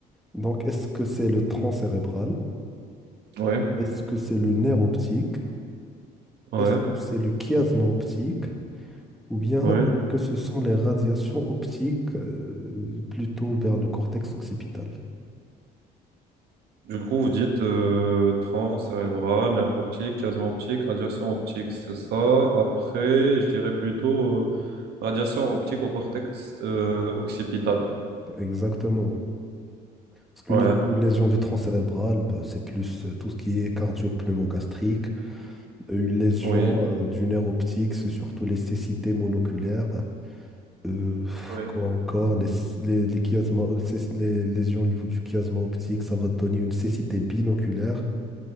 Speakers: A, in the centre; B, on the right.
A: Donc, est-ce que c'est le tronc cérébral?
B: Ouais,
A: Est-ce que c'est le nerf optique?
B: ouais,
A: Est-ce que c'est le chiasma optique? Ou bien
B: ouais.
A: est-ce que ce sont les radiations optiques euh, plutôt vers le cortex occipital?
B: Du coup, vous dites euh, tronc cérébral, nerf optique, chiasme optique, radiation optique, c'est ça. Après, je dirais plutôt euh, radiation optique au cortex euh, occipital.
A: Exactement. Parce qu'une
B: Ouais,
A: lé- une lésion du tronc cérébral, bah, c'est plus euh, tout ce qui est cardio-pneumogastrique. Euh, Une lésion
B: oui,
A: euh, du nerf optique, c'est surtout les cécités monoculaires. Euh, pff,
B: Oui.
A: quoi encore, les, les, les, chiasma- les les lésions au niveau du chiasma optique, ça va te donner une cécité binoculaire.